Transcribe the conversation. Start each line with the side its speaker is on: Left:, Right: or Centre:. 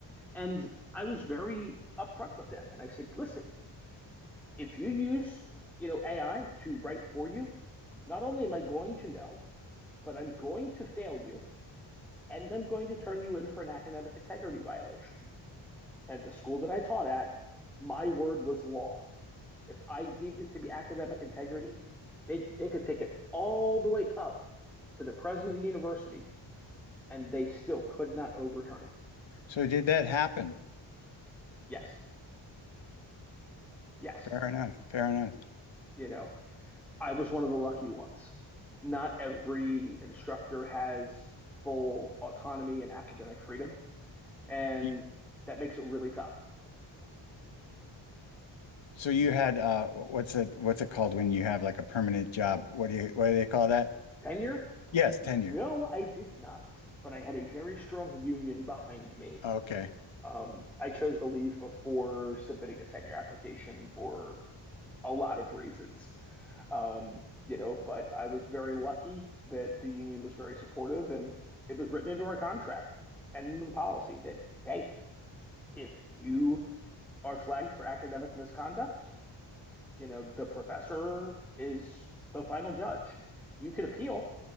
Centre: And I was very upfront with them, and I said, listen, if you use you know AI to write for you not only am I going to know, but I'm going to fail you and I'm going to turn you in for an academic integrity violation. And At the school that I taught at, my word was law. If I deemed it to be academic integrity, they, they could take it all the way up to the president of the university and they still could not overturn it.
Left: So did that happen?
Centre: Yes, yes.
Left: Fair enough. Fair enough.
Centre: You know, I was one of the lucky ones. Not every instructor has full autonomy and academic freedom, and
Left: Y-
Centre: that makes it really tough
Left: So you had uh what's it what's it called when you have like a permanent job? What do you what do they call that?
Centre: tenure?
Left: Yes, tenure.
Centre: No, I did not. But I had a very strong union behind me.
Left: Okay.
Centre: Um, I chose to leave before submitting a tenure application for a lot of reasons, um, you know. But I was very lucky that the union was very supportive, and it was written into our contract and into the policy that hey, if you are flagged for academic misconduct, you know the professor is the final judge. You could appeal,